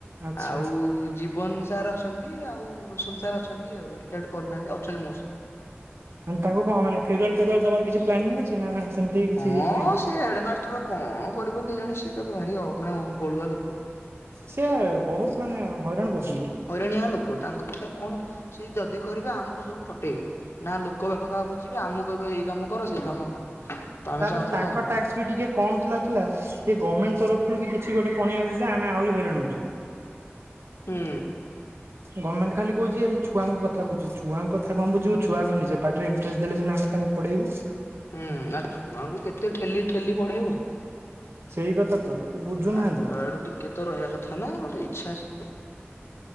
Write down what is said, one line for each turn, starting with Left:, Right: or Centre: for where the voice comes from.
Right: ଆଚ୍ଛା
Left: ଆଉ ଯିବ ଭୁବନ ସାର୍ ଅଛନ୍ତି ଆଉ ରୋଶନ ସାର୍ ଅଛନ୍ତି ଆଉ ରୀଟାଟ୍ କରିନାହାନ୍ତି ଅ ଛନ୍ତି ମୋରଷ
Right: ତାଙ୍କୁ କଣ ମାନେ ଫେରୁୱଲ ଫେରୁୱାଲ ଦବାର କିଛି ପ୍ଲାନିଂ ଅଛି ନା ସେମିତି କିଛି
Left: ହଁ
Right: ନାହିଁ?
Left: ସେ ହେଡମାଷ୍ଟର କଣ କରିବ କେ ଜାଣି ସିଏ ତାକୁ ଭାରି ଅ ମାନେ କଁ ଗଳୁଆ ଲୋକ।
Right: ସେ ବହୁତ ମାନେ ହଇରାଣ କରୁଚନ୍ତି।
Left: ହଇରାଣିଆ ଲୋକ ତାଙ୍କ କଥା କଣ ସେ ଯଦି କରିବେ ଆମକୁ ସବୁ ଖଟେଇବେ ନା ଲୋକ ବାକ କାହା ବୁଝିବେ ଆମକୁ କହିବେ ଏଇ କାମ କର ସେ କାମ କର ତ ଆମେ
Right: ତାପରେ
Left: ଚାହୁଁଛୁ
Right: ତାଙ୍କ
Left: ନ ହଉ
Right: ଟ୍ୟାକ୍ସ ବି ଟିକେ କମ ଥିଲା ଥିଲା ସେଏ ଗମେଣ୍ଟ ତରଫରୁ କିଛି ଗୋଟେ ପଣି ଆଉଚି ଯେ ଆମେ ଆହୁରି ହଇରାଣଉଚୁ।
Left: ହୁଁ।
Right: ଗମେଣ୍ଟ ଖାଲି କହୁଛି ଆରେ ଛୁଆ ଙ୍କ କଥା ବୁଝ ଛୁଆଙ୍କ ଙ୍କ କଥା କଣ ବୁଝିବୁ ଛୁଆ ଆଗ ନିଜେ ପାଠରେ ଇଣ୍ଟରେଷ୍ଟ ଦେଲେ ଆମେ ତାଙ୍କୁ ପଢେଇବୁ।
Left: ହୁଁ ଆଉ ଛୁଆଙ୍କୁ କେତେ ଠେଲି ଠେଲି ପଢେଇବ।
Right: ସେଇ କଥା ତ ସେ ବୁଝୁନାହାନ୍ତି
Left: ତାଙ୍କ ଆଡୁ ଟିକେ ତ ରହିବା କଥା ନା ଗୋଟେ ଇ ଛାସ